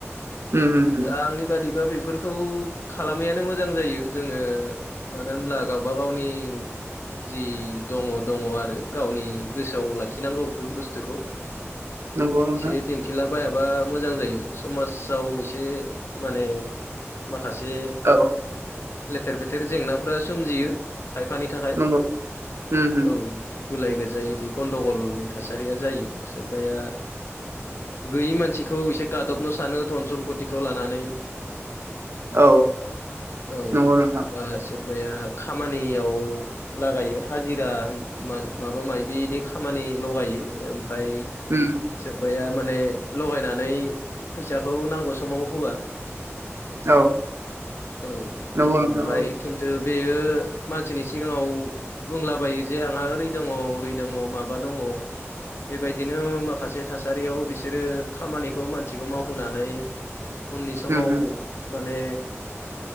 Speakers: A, on the right; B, on the left.
A: उम उम उम
B: दा आंनि बादिबा बेफोर खौ खालामैयानो मोजां जायो जोङो ओ मानो होनब्ला गावबा गावनि जि दङ दङ आरो गावनि गोसोआव लाखिनांगौ बेफोर बुस्थुखौ
A: नंगौ नोंथां
B: एसे दिन थिला बायाबा मोजां जायो समाजाव एसे माने माखासे
A: औ।
B: लेथेर फेथेर जेंनाफोरा सोमजियो खायफानि थाखाय
A: नंगौ उम उम
B: औ गुलाय गुजाय गन्दगलनि थासारिया जायो सोरबाया- गैयै मानसिखौ एसे गादबनो सानो धन सम्पतिखौ लानानै
A: औ
B: औ
A: नंगौ नोंथां
B: बा सो खामानियाव लागायो हाजिरा माबा माबि खामानि लगायो ओमफ्राय
A: उम।
B: सोरबाया माने लगायनानै फैसाखौ नांगौ समाव होआ।
A: औ
B: औ
A: नंगौ नोंथां
B: ओमफ्राय
A: औ
B: खिन्थु बेयो मानसिनि सिगाङाव बुंलाबायो जे आंहा ओरै दङ ओरै दङ- माबा दङ। बेबायदिनो माखासे थासारियाव बिसोरो खामानिखौ मानसिखौ मावहोनानै उननि समाव
A: उम उम
B: माने